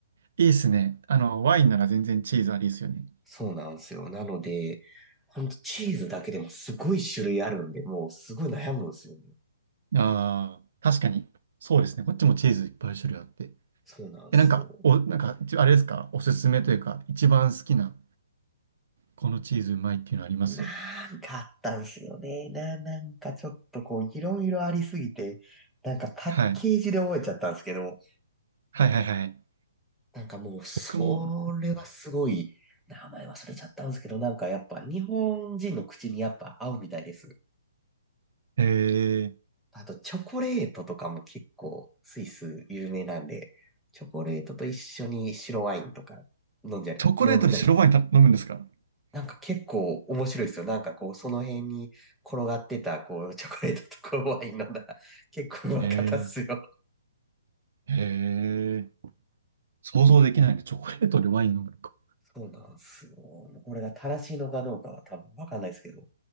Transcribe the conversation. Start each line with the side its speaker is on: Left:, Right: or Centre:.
Right: いいっすね。あの、ワインなら全然チーズありですよね。
Centre: そうなんですよ。なので、ほんとチーズだけでもすごい種類あるんで、もうすごい悩むんですよね。
Right: ああ、確かに。そうですね。こっちもチーズいっぱい種類あって。
Centre: そうなんですよ。
Right: え、なんか、お、なんか、ちあれですかおすすめというか、一番好きな、このチーズうまいっていうのあります
Centre: なんかあったんすよね。な、なんかちょっとこう、いろいろありすぎて、なんかパッケージで覚えちゃったんですけど、
Right: はい。はいはいはい。
Centre: なんかもう、それはすごい、
Right: 僕も、
Centre: 名前忘れちゃったんですけど、なんかやっぱ日本人の口にやっぱ合うみたいです。
Right: えー、
Centre: あと、チョコレートとかも結構、スイス有名なんで、チョコレートと一緒に白ワインとか飲んじゃ、
Right: チョコレートで白ワインた飲むんですか
Centre: 飲んだりして、なんか結構面白いですよ。なんかこう、その辺に転がってた、こう、チョコレートとかワイン飲んだら、結構うまかったっすよ。
Right: えー、えー、想像できないね。チョコレートでワイン飲むのか。
Centre: そうなんですよ。これが正しいのかどうかは多分わかんないですけど、